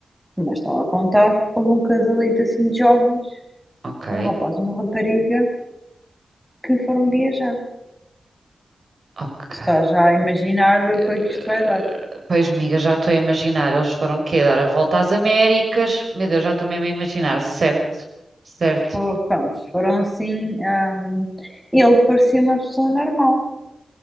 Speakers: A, in the centre; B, on the right.
A: como eu estava a contar, houve um casalito assim de jovens,
B: ok,
A: um rapaz e uma rapariga, que foram viajar.
B: ok.
A: Tu Estás já a imaginar o que é
B: Eh,
A: que isto vai dar.
B: Pois, amiga, já estou a imaginar, eles foram quê? Dar a volta às Américas? Meu Deus, já estou mesmo a imaginar, certo, certo.
A: Fo- Pronto, foram assim. ahm, ele parecia uma pessoa normal,